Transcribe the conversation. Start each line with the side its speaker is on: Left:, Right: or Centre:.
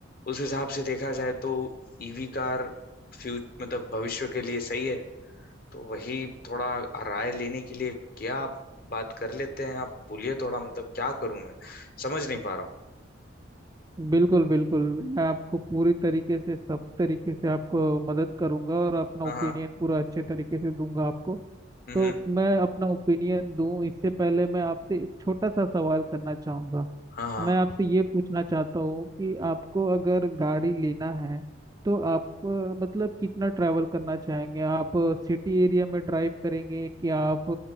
Left: उस हिसाब से देखा जाए तो ईवी कार फ्यूच मतलब भविष्य के लिए सही है तो वही थोड़ा राय लेने के लिए क्या आप बात कर लेते हैं आप बोलिए थोड़ा मतलब क्या करूं मैं समझ नहीं पा रहा हूँ
Right: बिल्कुल बिल्कुल मैं आपको पूरी तरीके से सब तरीके से आपको मदद करूंगा और अपना
Left: हाँ
Right: ओपिनियन
Left: हाँ
Right: पूरा अच्छे तरीके से दूंगा आपको
Left: हम्म
Right: तो मैं अपना ओपिनियन दूं इससे पहले मैं आपसे एक छोटा सा सवाल करना चाहूंगा
Left: हाँ हाँ
Right: मैं आपसे ये पूछना चाहता हूँ कि आपको अगर गाड़ी लेना है तो आप अ, मतलब कितना ट्रैवल करना चाहेंगे आप सिटी एरिया में ड्राइव करेंगे कि आप